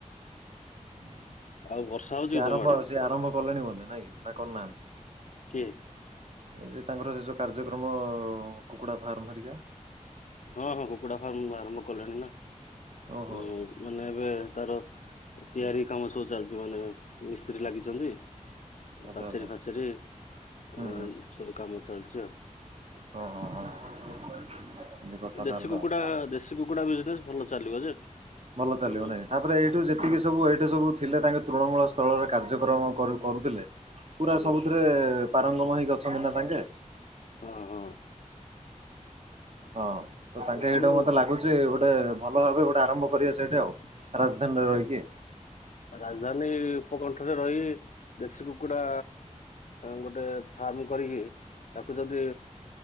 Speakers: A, on the right; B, on the left.
A: <inaudible>
B: <inaudible>
A: ସିଏ ଆରମ୍ଭ
B: ଆଡେ?
A: ଆଉ ସିଏ ଆରମ୍ଭ କଲେଣି ବୋଧେ ନାଇଁକି ନା କରୁନାହାନ୍ତି।
B: କିଏ?
A: ଯେ ତାଙ୍କର ସେ ଯଉ କାର୍ଯ୍ୟକ୍ରମ କୁକୁଡ଼ା ଫାର୍ମ ଧରିକା।
B: ହଁ ହଁ କୁକୁଡା ଫାର୍ମ ଆରମ୍ଭ କଲେଣି ନା
A: ଓହୋ
B: ଉଁ
A: ହୋ
B: ମାନେ ଏବେ ତାର ତିଆରି କାମ ସବୁ ଚାଲିଛି ମାନେ ମିସ୍ତ୍ରୀ ଲାଗିଛନ୍ତି।
A: ଆଚ୍ଛା
B: ପାଚେରି
A: ଆଚ୍ଛା
B: ଫାଚେରୀ
A: ହୁଁ
B: ଏଁ ସବୁ କାମ ଚାଲିଚି ଆଉ।
A: ହ ହଁ ହଁ। <inaudible>
B: ଦେଶୀ
A: ତାହେଲେ
B: କୁକୁଡା
A: ଆଉ
B: ଦେଶୀ କୁକୁଡା ବି ତେ ଭଲ ଚାଲିବ ଯେ।
A: ଭଲ ଚାଲିବ
B: ହୁଁ
A: ନାଇଁ ତାପରେ ଏଇଠୁ ଯେତିକି ସବୁ ଏଇଠୁ ସବୁ ଥିଲେ ତାଙ୍କେ ତୃଣମୂଳ ସ୍ଥଳରେ କାର୍ଯ୍ୟକ୍ରମ କରୁ କରୁଥିଲେ ପୁରା
B: ହୁଁ
A: ସବୁଥିରେ ପାରଙ୍ଗମ ହୋଇକି ଅଛନ୍ତି ନା ତାଙ୍କେ
B: ହଁ ହଁ।
A: ହଁ ତ ତାଙ୍କେ
B: ହଁ।
A: ଏଇଟା ମତେ ଲାଗୁଛି। ଟ୍ରେକଗୋଟେ ଭଲ ଭାବେ ଗୋଟେ ଆରମ୍ଭ କରିବାସଇଠି ଆଉ ରାଜଧାନୀରେ ରହିକି।
B: ରାଜଧାନୀ ଉପକଣ୍ଠରେ ରହି ଦେଶୀ କୁକୁଡ଼ା ଗୋଟେ ଫାର୍ମ କରିକି ତାକୁ ଯଦି